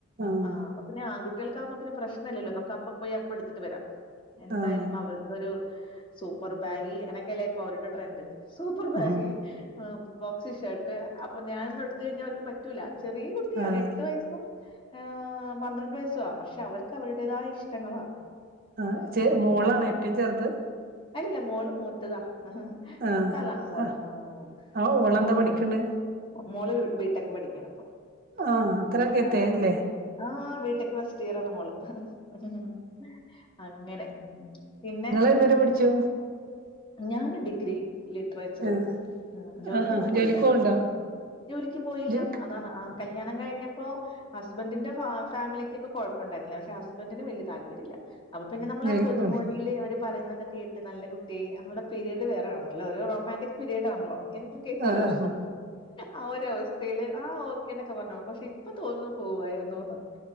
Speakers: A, on the right; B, on the left.
A: ആഹ്
B: ആഹ അപ്പം പിന്നെ ആൺകുട്ടികൾക്ക ആകുമ്പ പിന്നെ ആൺ കുട്ടിക് പ്രശ്നമല്ലല്ലോ നമുക്ക് അപ്പ പോയി അപ്പ എടുത്തിട്ട് വരാം എന്തായാലും
A: ആഹ്
B: അവർക്കൊരു സൂപ്പർ ബാഗി എങ്ങനൊക്കെയല്ലേ ഇപ്പൊ അവരുടെ ട്രെൻഡ് സൂപ്പർ ബാഗി
A: ആഹ്
B: ബോക്സി ഷർട്ട് അപ്പൊ ഞാനൊന്നും എടുത്ത കഴിഞ്ഞാ അവർക്ക് പറ്റൂല്ല ചെറിയ കുട്ടിയാ
A: ആഹ്
B: എട്ട് വയസും ആഹ പന്ത്രണ്ട് വയസ്സ ആഹ പക്ഷെ അവർക്ക് അവരുടേതായ ഇഷ്ടങ്ങളാ
A: ആഹ
B: ഉം
A: ച മോളാണ്
B: അതെ
A: ഏറ്റവും ചെറുത്
B: അല്ലല്ല മോള് മോത്തതാ ആഹ
A: ആഹ്
B: മുട്ടാലാണ് മോള്
A: ആഹ്
B: ആഹ
A: ആഹ് ഓളെന്താ
B: അത
A: പഠിക്കണ്
B: മോള് ബി ടെ ക്ക് പഠിക്കാണ് ഇപ്പൊ
A: ആഹ് അത്രൊക്കെ
B: പിന്ന
A: എത്തിയല്ലേ
B: ആഹ ബി ടെക്ക് ഫസ്റ്റ് ഇയറാണ് മോള് ഉം അങ്ങനെ പിന്നെ
A: ഏത് വരെ പഠിച്ചു
B: ഞാൻ ഡിഗ്രി ലിറ്ററേച്ചർ
A: ആഹ്
B: ഉ ജോലിക്കൊന്നും
A: ആഹാ
B: പോയില്ലട്ടോ
A: ജോലിക്ക് പോവ്ണ്ടോ
B: ജോലിക്ക് പോയില്ല
A: ജോ
B: അതാണ് ആ കല്യാണം കഴിഞ്ഞപ്പോ ഹസ്ബഡിന്റെ ഫാമിലിക്ക്ക്കെ കുഴപ്പമുണ്ടായിരുന്നില്ല പക്ഷെ ഹസ്ബന്റിന് വലിയ താല്പര്യല്ല അപ്പൊ പിന്നെ നമ്മള
A: ജോലിക്ക്
B: ആ പുതുമോടിൽ
A: പോണ്
B: അവര് പറയുന്നൊക്കെ കേട്ട് നല്ല നമ്മുടെ പീരീഡ് വേറെ ആണല്ലോ ഒരു റൊമാന്റിക് പീരീഡ് ആണല്ലോ എന്തും കേൾക്കോല്ലോ
A: ആഹ് ആഹ്
B: ആ ഒരവസ്ഥയില് ആ ഓക്കേ എന്നൊക്കെ പറഞ്ഞു പക്ഷെ ഇപ്പൊ തോന്നുന്നു പോവായിരുന്നുന്ന്